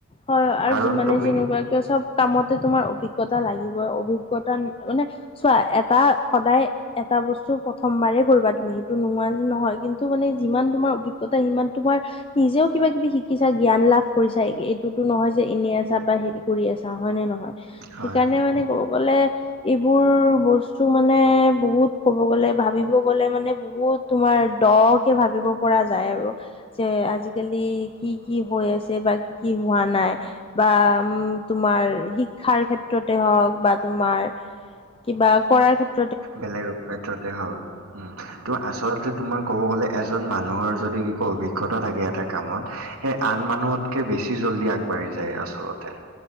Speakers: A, on the left; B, on the right.
A: হয় আৰু
B: কাৰণ
A: যিমানে
B: তুমি
A: নকৰা কিয় চব কামতে তোমাৰ অভিজ্ঞতা লাগিব অভিজ্ঞতা মানে চোৱা এটা সদায় এটা বস্তু প্ৰথমবাৰে কৰিবা তুমি সেইটো নোহোৱা যে নহয় কিন্তু মানে যিমান তোমাৰ অভিজ্ঞতা সিমান তোমাৰ নিজেও কিবা কিবি শিকিছা জ্ঞান লাভ কৰিছা এইটোতো নহয় যে এনে আছা বা হেৰি কৰি আছা। হয় নে নহয়,
B: হয়।
A: সেইকাৰণে মানে ক'ব গ'লে এইবোৰ বস্তু মানে বহুত ক'ব গ'লে ভাবিব গ'লে মানে বহুত তোমাৰ দকে ভাবিব পৰা যায় আৰু। যে আজিকালি কি কি হৈ আছে বা কি কি হোৱা নাই বা তোমাৰ শিক্ষাৰ ক্ষেত্ৰতে হওঁক বা তোমাৰ কিবা কৰাৰ ক্ষেত্ৰ
B: বেলেগ ক্ষেত্ৰতে হওঁক উম, তোৰ আচলতে তোমাৰ ক'ব গ'লে এচ এজন মানুহৰ যদি অভিজ্ঞতা থাকে এটা কামত সেই আন মানুহতকে বেছি জল্দি আগবাঢ়ি যায় আচলতে।